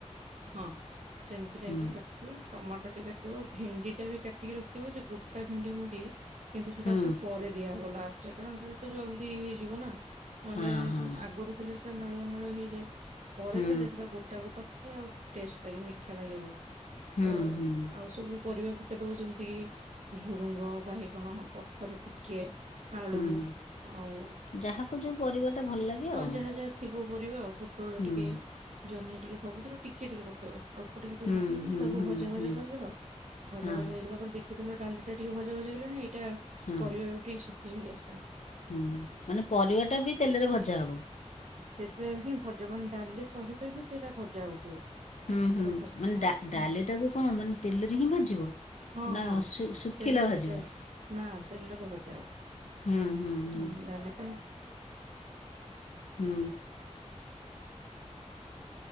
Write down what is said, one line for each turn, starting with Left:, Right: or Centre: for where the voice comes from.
Right: ହଁ ସେମିତି ଟାଇପରେ
Left: ହୁଁ
Right: କାଟିଥିବ। ଟମାଟ ଟିକେ କାଟିବ ଭେଣ୍ଡି ଟା ବି କାଟିକି ରଖିଥିବ ଯେ ଗୋଟା ଭେଣ୍ଡି ମୁଁ ଦିଏ। କିନ୍ତୁ ସେଟାକୁ
Left: ହୁଁ
Right: ପରେ ଦିଆହବ ଲାଷ୍ଟ କାରଣ ସେଟା ତ ଜଲଦି ହେଇଯିବ ନା। ନହେଲେ
Left: ହଁ ହଁ
Right: ଆଗରୁ ଦେଲେ ସେଟା ନାଳୁଆ ନାଳୁଆ ହେଇଯାଏ ପରେ
Left: ହୁଁ
Right: ଦେଲେ ସେଟା ଗୋଟା ଗୋଟା ଆଉ ଟେଷ୍ଟ ଲାଗେ ମିଠା ଲାଗେ ବହୁତ।
Left: ହୁଁ
Right: ତ
Left: ହୁଁ
Right: ଆଉ ସବୁ ପରିବା ପକେଇ ଦବ ଯେମିତିକି। ଝୁଡୁଙ୍ଗ ବାଇଗଣ କଖାରୁ ଟିକେ ଆଳୁ।
Left: ହୁଁ
Right: ଆଉ
Left: ଯାହାକୁ ଯୋଉ ପରିବାଟା ଭଲ ଲାଗେ ଆଉ
Right: ହଁ ଯାହା ଯାହା ଥିବ ପରିବା ଆଉ ପୋଟଳ
Left: ହୁଁ।
Right: ଟିକେ ଜହ୍ନି ଟିକେ ସବୁଥୁରୁ ଟିକେ ଟିକେ ପକେଇବ ଅଳ୍ପ ଟିକେ ଟିକେ
Left: ହୁଁ
Right: ପକେଇକି
Left: ହୁଁ
Right: ତାକୁ
Left: ହୁଁ
Right: ଭଜା ଭଜା
Left: ହୁଁ
Right: କରିଦେଲ ଭଜା
Left: ହଁ
Right: ଭଜି ହେଇଗଲା ପରେ ଦେଖିଦେଲ ଡାଲିଟା ଟିକେ ଭଜା ଭଜା ହେଇଲାଣି। ଏଟା
Left: ହଁ
Right: ପରିବା ବି ଟିକେ ଶୁଖିଶୁଖି ଆସିଲଣି।
Left: ହୁଁ ମାନେ ପରିବା ଟା ବି ତେଲରେ ଭଜା ହବ।
Right: ସେଥିପାଇଁ ହିଁ ଭଜ ମାନେ ଡାଲି ସହିତ ହିଁ ସେଟା ଭଜା ହଉଥିବ।
Left: ହୁଁ
Right: ସେଇଟା
Left: ହୁଁ ମାନେ ଡା ଡାଲିଟାକୁ
Right: ହଁ
Left: କଣ ମାନେ ତେଲରେ ହିଁ ଭାଜିବ
Right: ହଁ
Left: ନା
Right: ହଁ
Left: ଶୁ-ଶୁଖିଲା
Right: ତେଲରେ
Left: ଭାଜିବ।
Right: ତେ ନା ତେଲରେ ଭଜା ହବ
Left: ହୁଁ ହୁଁ ହୁଁ
Right: ହଁ ଡାଲିଟା।
Left: ହୁଁ।